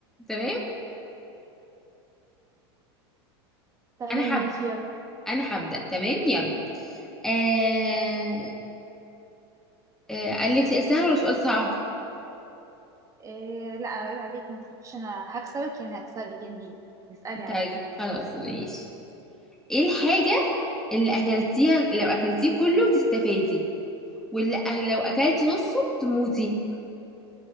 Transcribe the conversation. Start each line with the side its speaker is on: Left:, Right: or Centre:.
Centre: تمام
Right: تمام
Centre: انا حب
Right: ماشي يلا
Centre: انا هبدا تمام يلا آه... آه... قال لك سؤال سهل ولا سؤال صعب
Right: إيه لا عيب عليكي ما تخافيش انا هكسبك يعني هكسبك يعني اسألي
Centre: طيب
Right: عادي
Centre: خلاص ماشي ايه الحاجة اللي اكلتيها لو اكلتيه كله تستفادي واللي أ- لو اكلتي نصه تموتي